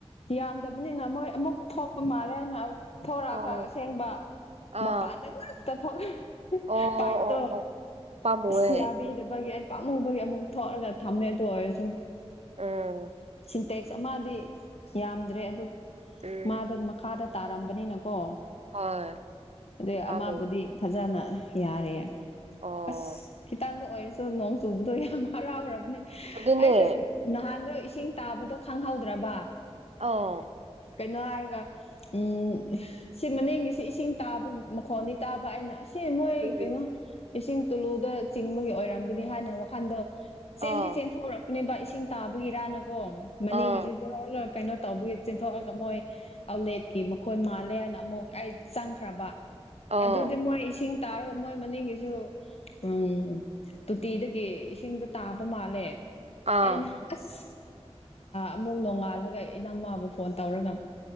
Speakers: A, on the left; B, on the right.
A: ꯌꯥꯝꯗꯕꯅꯤꯅ ꯃꯣꯏ ꯑꯃꯨꯛ ꯊꯣꯛꯄ ꯃꯥꯜꯂꯦ ꯍꯥꯏꯅ ꯊꯣꯔꯛꯑꯒ
B: ꯑꯥ
A: ꯑꯁꯦꯡꯕ
B: ꯑꯣ
A: ꯃꯄꯥꯟꯗ ꯉꯥꯛꯇ ꯊꯣꯛꯂꯦ
B: ꯑꯣ
A: ꯄꯥꯏꯞꯇꯣ
B: ꯑꯣ ꯄꯥꯝꯃꯨꯑꯦ
A: ꯑꯁ ꯌꯥꯕꯤꯗꯕꯒꯤ ꯑꯩ ꯄꯥꯝꯃꯨꯕꯒꯤ ꯑꯃꯨꯛ ꯊꯣꯛꯑꯒ ꯊꯝꯃꯦ ꯑꯗꯨ ꯑꯣꯏꯔꯁꯨ ꯎꯡ
B: ꯎꯝ
A: ꯁꯤꯟꯇꯦꯛꯁ ꯑꯃꯗꯤ ꯌꯥꯝꯗ꯭ꯔꯦ ꯑꯗꯨ
B: ꯎꯝ
A: ꯃꯥꯗ ꯃꯈꯥꯗ ꯇꯥꯔꯝꯕꯅꯤꯅꯀꯣ
B: ꯍꯣꯏ
A: ꯑꯗꯩ
B: ꯄꯥꯝꯃꯦ
A: ꯑꯃꯕꯨꯗꯤ ꯐꯖꯅ ꯌꯥꯔꯦ
B: ꯑꯣ
A: ꯑꯁ ꯈꯤꯇꯪꯗ ꯑꯣꯏꯔ ꯁꯨ ꯅꯣꯡ ꯆꯨꯕꯗꯣ ꯌꯥꯝ ꯍꯔꯥꯎꯔꯕꯅꯦ
B: ꯑꯗꯨꯅꯦ
A: ꯑꯩꯗ‌ꯣ ꯅꯍꯥꯟꯗꯣ ꯏꯁꯤꯡ ꯇꯥꯕꯗꯣ ꯈꯪꯍꯧꯗ꯭ꯔꯥꯕ
B: ꯑꯥꯎ
A: ꯀꯩꯅꯣ ꯍꯥꯏꯔꯒ ꯎꯝ ꯁꯤ ꯃꯅꯤꯡꯒꯤꯁꯤ ꯏꯁꯤꯡ ꯇꯥꯕꯥ ꯃꯈꯣꯟꯗꯤ ꯇꯥꯕ ꯑꯩꯅ ꯑꯁꯤ ꯅꯣꯏ
B: ꯎꯝ
A: ꯀꯩꯅꯣ ꯏꯁꯤꯡ ꯇꯨꯂꯨꯗ ꯆꯤꯡꯕꯒꯤ ꯑꯣꯏꯔꯝꯒꯅꯤ ꯍꯥꯏꯅ ꯋꯥꯈꯟꯗꯣ
B: ꯑꯣ
A: ꯆꯦꯟꯗꯤ ꯆꯦꯟꯊꯣꯛꯔꯛ ꯄꯨꯅꯦꯕ ꯏꯁꯤꯡ ꯇꯥꯕꯒꯤꯔꯥꯅꯀꯣ ꯃꯅꯤꯡꯒꯤꯁꯨ
B: ꯑꯣ
A: ꯖ꯭ꯔꯣ ꯖ꯭ꯔꯣ ꯀꯩꯅꯣ ꯇꯧꯕꯒꯤ ꯆꯦꯟꯊꯣꯛꯑꯒ ꯃꯣꯏ ꯑꯥꯎꯠꯂꯦꯠꯀꯤ ꯃꯈꯣꯟ ꯃꯥꯜꯂꯦ ꯍꯥꯏꯅ ꯑꯃꯨꯛ ꯑꯩ ꯆꯪꯈ꯭ꯔꯕ
B: ꯑꯣ
A: ꯑꯗꯨꯗꯤ ꯃꯣꯏ ꯏꯁꯤꯡ ꯇꯥꯔꯒ ꯃꯣꯏ ꯃꯅꯤꯡꯒꯤꯁꯨ ꯎꯝ ꯇꯣꯇꯤꯗꯒꯤ ꯏꯁꯤꯡꯗꯨ ꯇꯥꯕ ꯃꯥꯜꯂꯦ
B: ꯑꯥ
A: ꯑꯩꯅ ꯑꯁ ꯑꯃꯨꯛ ꯅꯣꯡꯉꯥꯜꯂꯒ ꯏꯅꯥꯝꯃꯥꯕꯨ ꯐꯣꯟ ꯇꯧꯔꯒ